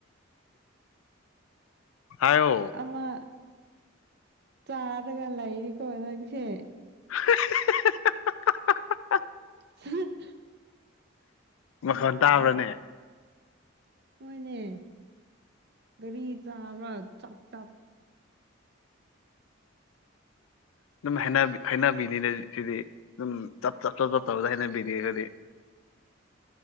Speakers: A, on the left (about 80°); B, on the right (about 55°).
A: ꯍꯥꯏꯌꯣ
B: ꯑꯃ ꯆꯥꯔꯒ ꯂ ꯏꯅꯤ ꯀꯣ ꯑꯣꯏꯁꯦ
A: <unintelligible>
B: ꯍ <unintelligible>
A: ꯃꯈꯣꯟ ꯇꯥꯕ꯭ꯔꯅꯦ꯫
B: ꯍꯣꯏꯅꯦ ꯒꯥꯔꯤ ꯆꯥꯕ ꯆꯞ ꯆꯞ꯫
A: ꯑꯗꯨꯝ ꯍꯩꯅꯕꯤ ꯍꯩꯅꯕꯤꯅꯤꯅ ꯁꯤꯗꯤ ꯑꯗꯨꯝ ꯆꯞ ꯆꯞ ꯆ ꯆꯞ ꯇꯧꯗ ꯍꯩꯅꯕꯤꯅꯤꯁꯤꯗꯤ꯫ <inaudible>